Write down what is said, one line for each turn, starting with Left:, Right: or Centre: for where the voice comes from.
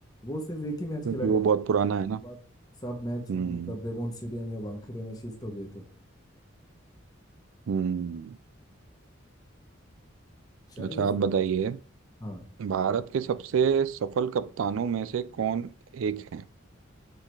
Left: वो सिर्फ एक ही मैच
Right: क्योंकि
Left: खेला गया
Right: वो बहुत पुराना
Left: था
Right: है ना
Left: बाद सब मैच
Right: हम्म
Left: मतलब ब्रेबोन स्टेडियम या वानखेड़े में शिफ्ट हो गए थे
Right: हम्म
Left: चलिए
Right: अच्छा आप
Left: फिर
Right: बताइए
Left: हाँ
Right: भारत के सबसे सफल कप्तानों में से कौन एक है